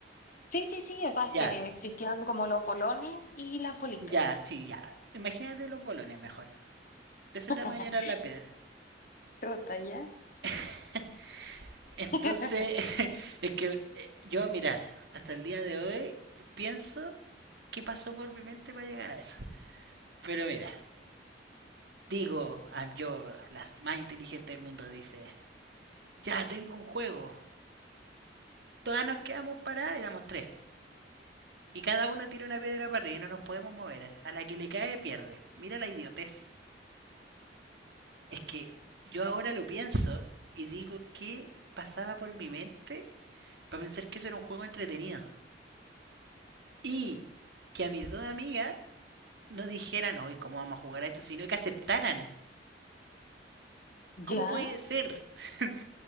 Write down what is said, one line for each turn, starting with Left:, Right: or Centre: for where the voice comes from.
Left: Sí, sí, sí, ya sabes
Right: Ya,
Left: que existían como los bolones y las bolitas.
Right: ya, sí, ya. Imagínate los bolones mejor. De ese
Left: <laughs>
Right: tamaño era la piedra.
Left: Chuta, ¿ya?
Right: <laughs> Entonces,
Left: <laughs>
Right: <laughs> es que eh, yo, mira, hasta el día de hoy pienso qué pasó por mi mente para llegar a eso. Pero mira, digo, am- yo, la más inteligente del mundo, dice, ya tengo un juego. Todas nos quedamos paradas, éramos tres. Y cada una tira una piedra para arriba y no nos podemos mover. A la que le cae pierde. Mira la idiotez. Es que yo ahora lo pienso y digo qué pasaba por mi mente para pensar que eso era un juego entretenido. Y que a mis dos amigas no dijeran, hoy ¿cómo vamos a jugar a esto? Sino que aceptaran. ¿Cómo
Left: ¿Ya?
Right: puede ser? <laughs>